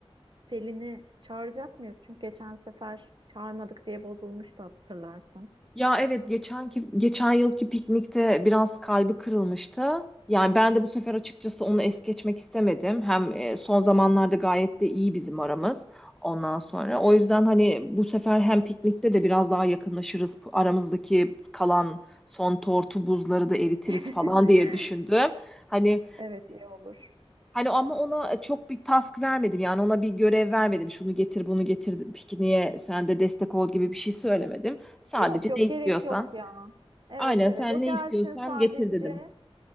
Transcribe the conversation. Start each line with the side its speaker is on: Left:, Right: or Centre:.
Right: Selin'i çağıracak mıyız? Çünkü geçen sefer çağırmadık diye bozulmuştu hatırlarsın.
Centre: Ya evet geçenki geçen yılki piknikte biraz kalbi kırılmıştı. Yani ben de bu sefer açıkçası onu es geçmek istemedim. Hem e, son zamanlarda gayet de iyi bizim aramız ondan sonra. O yüzden hani bu sefer hem piknikte de biraz daha yakınlaşırız. Aramızdaki kalan son tortu buzları da eritiriz
Right: <laughs>
Centre: falan diye düşündüm. Hani
Right: Evet iyi olur.
Centre: Hani ama ona çok bir task vermedim. Yani ona bir görev vermedim. Şunu getir, bunu getir, pikniğe sen de destek ol gibi bir şey söylemedim. Sadece
Right: Yok yok
Centre: ne istiyorsan.
Right: gerek yok ya. Evet
Centre: Aynen
Right: evet
Centre: sen
Right: o
Centre: ne
Right: gelsin
Centre: istiyorsan
Right: sadece.
Centre: getir dedim.